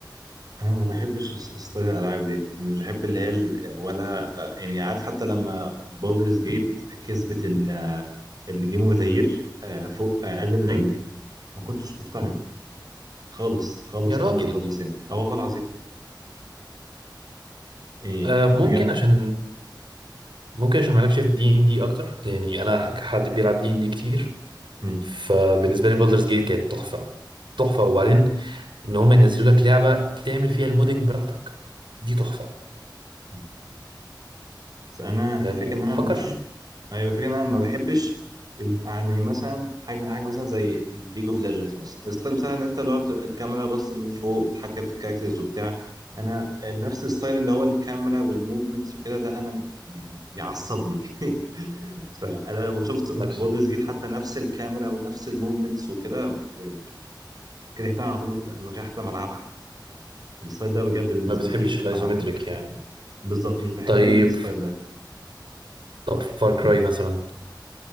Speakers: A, on the right (about 55°); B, on the right (about 80°).
A: أنا ما بحبش س- ستايل الألعاب دي يعني مش بحب اللي هي ال- ولا آه، يعني عارف حتى لما بولدرز جيت كسبت الجيم اوف ذا يير فوق ألدن رينج
B: مم.
A: ما كنتش مقتنع
B: مم.
A: خالص خالص
B: يا راجل
A: خالص خالص يعني اه والله العظيم ايه
B: آه ممكن
A: بجد
B: عشان ممكن عشان مالكش في دي ان دي اكتر يعني انا كحد بيلعب دي ان دي كتير
A: مم.
B: فبالنسبه لي بولدرز جيت كانت تحفه تحفه وبعدين ان هم ينزلوا لك لعبه تعمل فيها المودنج براحتك دي تحفه
A: مم. بس انا
B: يعني
A: الفكره ان انا
B: فكر
A: مش
B: في
A: ايوه الفكره ان انا ما بحبش ال- يعني مثلا حاجه حاجه مثلا زي ليج اوف ليجندز مثلا الستايل بتاع ان انت اللي هو بتبقى الكاميرا باصه من فوق وتتحكم في الكاركترز وبتاع انا نفس الستايل اللي هو الكاميرا والموفمنتس وكده ده انا بي- بي- بيعصبني <laughs> فانا لو شفت بودرز
B: ما, بت...
A: جيت حتى نفس الكاميرا ونفس الموفمنتس وكده يعني كرهتها على طول من غير حتى ما العبها الستايل ده بجد بالنسبه
B: ما بتحبش
A: لي
B: الايزومتريك
A: معفن
B: يعني
A: بالظبط مش بحب
B: طيب
A: الستايل ده
B: طب فار كراي مثلا